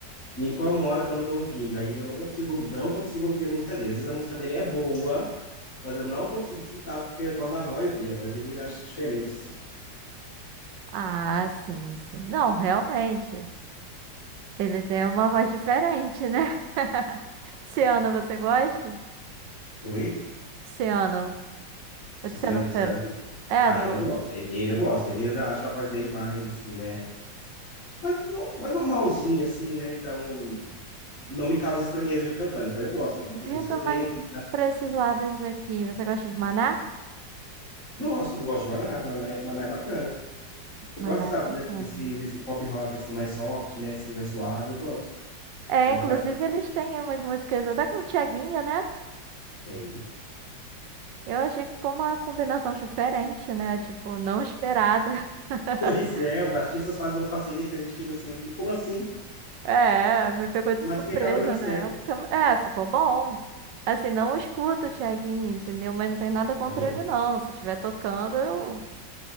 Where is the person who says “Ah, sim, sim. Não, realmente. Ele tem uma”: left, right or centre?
Right